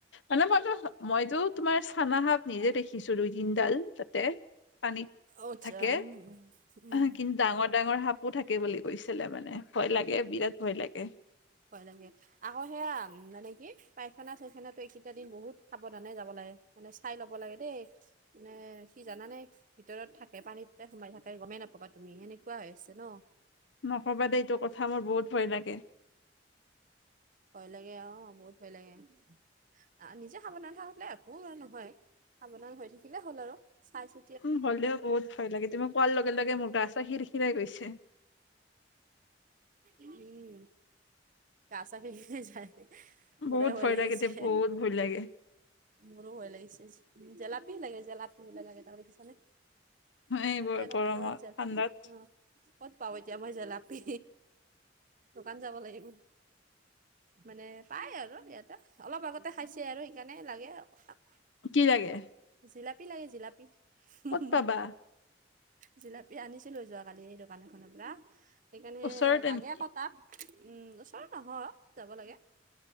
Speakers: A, on the left (about 70°); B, on the right (about 45°).
A: মানে মইতো - মইতো তোমাৰ চানাসাপ নিজে দেখিছো দুই - তিনডাল তাতে। পানীত
B: অটছ
A: থাকে
B: উম,
A: আহ কিন্তু ডাঙৰ - ডাঙৰ সাপ পো থাকে বুলি কৈছিলে মানে ভয় লাগে, বিৰাট ভয় লাগে।
B: ক লাগে। আকৌ সেয়া মানে কি পাইখানা - চাইখানাতে এইকেইটা দিন বহুত সাৱধানে যাব লাগে। মানে চাই ল'ব লাগে দেই মানে কি জানানে ভিতৰত থাক কে পানীততে সোমাই থাকে গমেই নাপাবা তুমি সেনেকুৱা হৈ আছে ন।
A: নকবা দেই এইটো কথা মোৰ বহুত ভয় লাগে।
B: ভয় লাগে অ, বহুত ভয় লাগে। আহ নিজে সাৱধান থলে একো নহয়, সাৱধান হৈ থাকিলে হ'ল আৰু চাই চি
A: উম হ'লেও বহুত ভয় লাগে, তুমি কোৱাৰ লগে - লগে মোৰ গাছৰ শিৰ শিৰাই গৈছে।
B: উম। কা চাকে যায়,
A: বহুত
B: মোৰে ভয় লাগিছে।
A: লাগে দে বহুত ভয় লাগে
B: মোৰো ভয় লাগিছে, জে জেলাপী লাগে জেলাপী হলে লাগে তাৰ দেখিচানে।
A: এইবোৰ
B: অজানক
A: গৰমত
B: পত যে
A: ঠাণ্ডাত
B: অ। ক'ত পাওঁ এতিয়া মই জেলাপি? দোকান যাব লাগিব। মানে পাই আৰু ইয়াতে অলপ আগতে খাইছে আৰু সেইকাৰণে লাগে <inaudible>
A: কি লাগে?
B: জিলাপী লাগে জিলাপী হুহুহু।
A: ক'ত পাবা
B: জিলাপী আনিছিলোঁ যোৱাকালি দোকান এখনৰ পৰা সেইকাৰণে
A: ওচৰতে
B: লাগে
A: নেকি
B: ক তাত। উম ওচৰত নহয়, যাব লাগে।